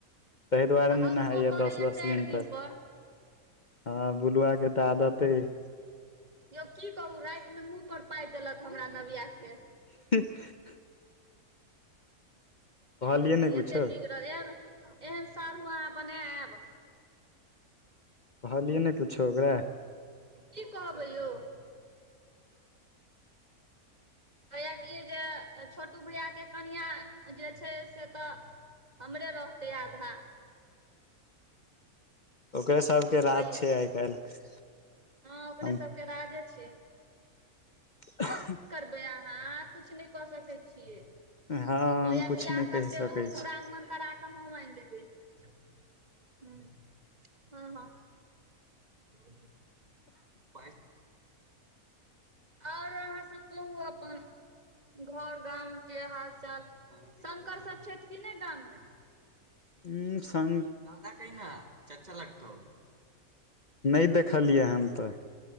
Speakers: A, on the left; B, on the right.
A: ताहि दुआरे
B: आ
A: नहि
B: हगबो
A: नहाइया
B: करैया
A: दस दस
B: चारि दिन
A: तक
B: पर।
A: हँ बुलुआ के तऽ आदते यै।
B: यौ की कहू राति मे मुँह पर पाइद देलक हमरा नाव्या के।
A: हीह कहलियै
B: की कहै छी
A: ने कुछो
B: एते बिगड़ल एन एहन साारू अहाँ बनायब?
A: कहलियै नय कुछो ओकरा।
B: की कहबै यौ। कहयै कि जे छोटू भैया के कनिआ जे छैय से तऽ हमरे रहतय आधा।
A: ओकरे सबके राज
B: कहैया
A: छैय आइ काल्हि।
B: हँ ओकरे
A: हम
B: सबके राजे छैय।
A: <unintelligible>
B: की करबै अहाँ किछु नहि कऽ सकै छियै।
A: हँ
B: कहैया
A: हम कुछ
B: बियाह
A: नहि
B: करतै
A: कहि सकै
B: ओ दुरागमनि
A: छी
B: करा क हम अइन लेबै हूं हँ हँ। <unintelligible> और अहाँ सब कहू अपन। घर गाम के हाल चाल शंकर सब छथि कि नहि गाममे?
A: हूं सं
B: दादा कहिना चच्चा लगतौ
A: नय देखलियै हम तऽ